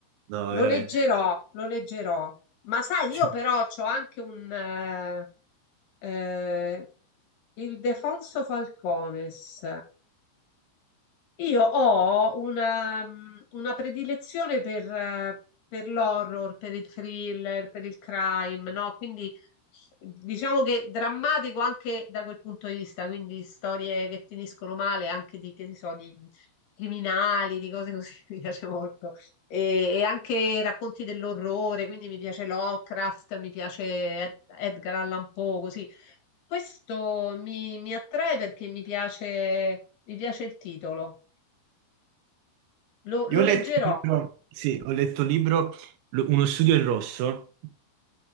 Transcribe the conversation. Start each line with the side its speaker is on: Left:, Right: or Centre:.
Right: No,
Left: Lo
Right: veramente.
Left: leggerò, lo leggerò. Ma sai,
Right: Sì.
Left: io però ho anche un... eh, eh, il Defonso Falcones. Io ho una, una predilezione per, eh, per l'horror, per il thriller, per il crime, no? Quindi diciamo che drammatico anche da quel punto di vista, quindi storie che finiscono male, anche di, che ne so, di criminali, di cose così, <laughs> mi piace molto. E, e anche racconti dell'orrore, quindi mi piace Lovecraft, mi piace Ed- Edgar Allan Poe, così. Questo mi mi attrae perché mi piace, mi piace il titolo. Lo, lo
Right: Io ho
Left: leggerò.
Right: letto un libro, sì, ho letto un libro, lo- Uno studio in rosso,